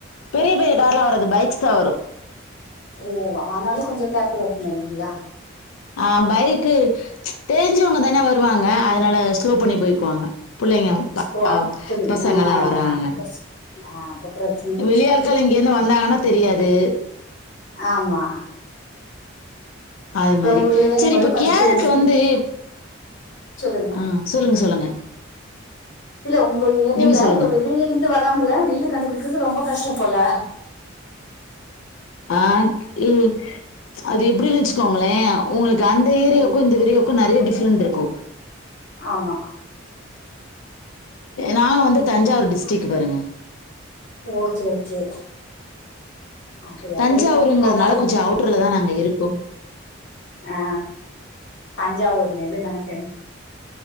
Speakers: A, on the left; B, on the left.
A: பெரிய பெரிய கார்லா வராது பைக்ஸ் தா வரு
B: ஓவா ஆனாலு கொஞ்சோ கேர்ஃபுல்லா இருக்கணு இல்லைங்களா
A: ஆ பைக்கு தெரிஞ்சவங்க தானே வருவாங்க அதனால ஸ்லோ பண்ணி போய்க்குவாங்க புள்ளைங்க உட்டா
B: ஓ அப்படி
A: பசங்களா
B: ஆ
A: வறாங்க
B: அப்ப பிரச் ஆ அப்றங்
A: வெளி ஆட்கள் இங்கருந்து வந்தாங்கனா தெரியாது
B: ஆம்மா
A: அது மாரி
B: ஊர்லயேன்னும்
A: சரி
B: போது
A: இப்ப
B: கொஞ்ச
A: கேரட்
B: தெரிஞ்சுக்கலா
A: வந்து
B: சொல்லுங்கம்மா
A: ஆ சொல்லுங்க சொல்லுங்க
B: இல்ல உங்க ஏரியால
A: நீங்க சொல்லுங்க
B: <unintelligible> வெளியில ர்ந்து வறவங்கள வீடு கண்டுபுடிக்கிறது ரொம்ப கஷ்டோ போல
A: ஆ இல் அது எப்டின்னு வெச்சுக்கோங்களே உங்ளுக்கு அந்த ஏரியாவுக்கு
B: ம்.
A: இந்த ஏரியா க்கு நெறைய டிஃப்ரென்ட் இருக்கு
B: ஆமா
A: நா வந்து தஞ்சாவூர் டிஸ்ட்டிகு பாருங்க
B: ஓகே ஓகே அது
A: தஞ்சாவூருங்கிறதுனால
B: அப்படிதாங்க ஆனாலு
A: கொஞ்ச அவுட்டர்ல தா நாங்க இருக்கோ
B: ஆ தஞ்சாவூர் நெல்லுதானங்